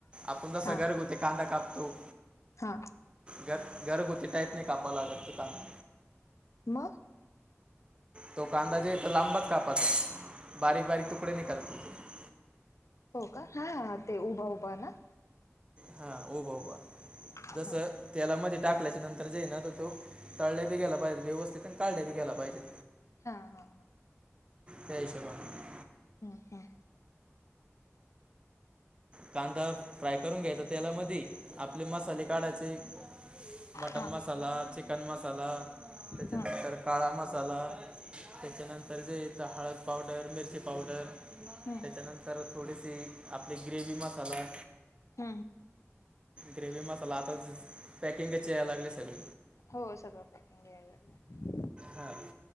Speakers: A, on the right; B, on the left.
A: आपण जसा
B: हा
A: घरगुती कांदा कापतो
B: हा
A: घर घरगुती टाईपने कापावला लागतै कांदा.
B: मग.
A: तो कांदा जे इथं लांबाच कापास बारीक बारीक तुकडे नि करत हो. <unintelligible>
B: हो का? हा ते उभा उभा ना.
A: हा उभा उभा.
B: हा
A: जसं तेलामध्ये टाकल्याच्यानंतर जे हाय ना तर तो तळले बी गेला पाहिजेत व्यवस्थित आणि काढले बी गेला पाहिजेत.
B: हा हा हा.
A: द्यायचं <unintelligible>
B: हं हं.
A: कांदा फ्राय करून घ्यायचा तेलामध्ये आपले मसाले काढायचे. मटण
B: हा
A: मसाला चिकन मसाला त्याच्यानंतर
B: ह
A: काळा मसाला. त्याच्यानंतर जे इथं हळद पावडर मिरची पावडर.
B: ह
A: त्याच्यानंतर थोडीशी आपली ग्रेवी मसाला
B: ह ह
A: ग्रेव्ही मसाला आता पॅकिंगच यायला लागली सगळे.
B: हो सगळं पॅकिंग मिळायला लागलं.
A: हां